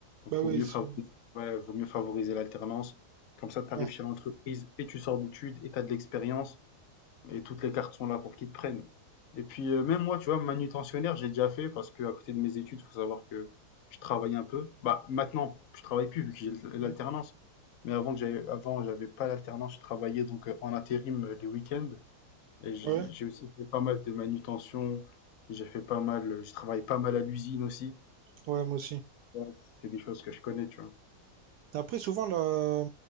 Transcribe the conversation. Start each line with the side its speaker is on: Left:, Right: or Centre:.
Left: Donc
Right: Bah
Left: vaut
Right: oui,
Left: mieux
Right: ils sont.
Left: favoriser ouais, vaut mieux favoriser l'alternance. Comme ça, tu
Right: Ouais.
Left: arrives chez l'entreprise et tu sors d'études et t'as de l'expérience. Et toutes les cartes sont là pour qu'ils te prennent. Et puis, euh, même moi, tu vois, manutentionnaire, j'ai déjà fait parce que à côté de mes études, faut savoir que je travaillais un peu. Bah, maintenant, je travaille plus vu que j'ai
Right: Hmm.
Left: l'alternance. Mais avant que j'avais, avant, j'avais pas l'alternance, je travaillais donc euh, en intérim euh, les week-ends. Et j'ai
Right: Ouais,
Left: j'ai aussi fait pas mal de manutention. J'ai fait pas mal, euh, je travaille pas mal à l'usine aussi.
Right: ouais, moi aussi.
Left: Ouais, C'est des choses que je connais, tu vois.
Right: Après, souvent, la...